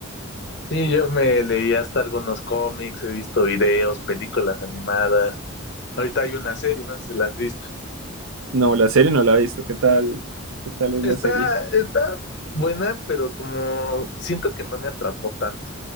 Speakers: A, on the left; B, on the right.
A: Sí, yo me leí hasta algunos cómics, he visto videos, películas animadas. Ahorita hay una serie, no sé si la has visto.
B: No, la serie no la he visto. ¿Qué tal? ¿Qué tal es
A: Está,
B: la serie?
A: está buena, pero como siento que no me atrapó tanto.